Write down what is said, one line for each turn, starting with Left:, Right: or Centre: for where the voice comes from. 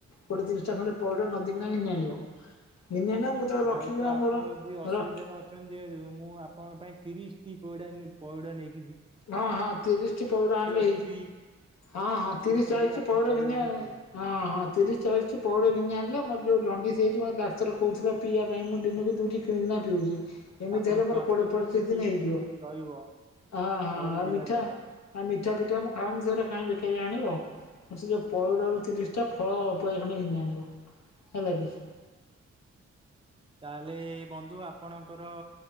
Left: କୋଡ଼ିଏ ତିରିଶଟା ଖଣ୍ଡେ ପଇଡ ନଦୀକିନା ଘିନିଆଣିବ ଘିନିଆଣିବ ମୁଁ ତାକୁ
Right: ଯାହାହେଲେତ
Left: ରଖିଛି ଆମର
Right: ଆପଣ ଯଦି ଅସୁବିଧାରେ
Left: ରଖ
Right: ଅ ଛନ୍ତି ଯେହେତୁ ମୁଁ ଆପଣଙ୍କ ପାଇଁ ତିରିଶଟି ପଇଡ଼ା ନେ ପଇଡ଼ ନେଇ
Left: ହଁ ହଁ ତିରିଶଟି ପଉଡ଼ ଆଣିଲେ
Right: ରଖି
Left: ହେଇ
Right: ବି
Left: ହଁ ହଁ
Right: ପିଇ
Left: ତିରିଶ
Right: ପାରିବେ
Left: ଚାଳିଶ ଟି
Right: ଆପଣ
Left: ପଇଡ଼
Right: ପରିବାରକୁ
Left: ଘିିନିଆନି ହଁ ହଁ ତିରିଶ ଚାଳିଶଟି ପଉଡ଼ ଘିନିଆଣିଲ ମୋର ଯଉ ଜଣ୍ଡିସ ହେଇଚି ମୋତେ ଡାକ୍ତର କଉଥୁଲା ପିଇବା ପାଇଁ ମୁଁ ଦିନୁକୁ ଦୁଇଟି କିଣିକିନା ପିଉଚି ଏମିତି
Right: ଆପଣ
Left: ହେଲେ
Right: ସ୍ୱାସ୍ଥ୍ୟ
Left: ମୋର କୋଡ଼ିଏ
Right: ବି
Left: ପଚିଶ
Right: ଟିକେ ଠିକ
Left: ଦିନି ହେଇଯିବ।
Right: ରହିବ।
Left: ହଁ ହଁ
Right: ପଇଡ଼
Left: ଆଉ
Right: ପିଇବା
Left: ମିଠା
Right: ଦ୍ଵାରା।
Left: ମିଠା ଫିଠା ମୁଁ ଖାଉନି ସେଉରା କାଇଁ ବେକାରିଆ ଆଣିବ। ସେ ଯୋଉ ପଇଡରୁ ତିରିଶଟା ଫଳ ପୁଳାଏ ଖଣ୍ଡେ ଘିନିଆଣିବ ହେଲା କିି।
Right: ତାହେଲେ ବନ୍ଧୁ ଆପଣଙ୍କର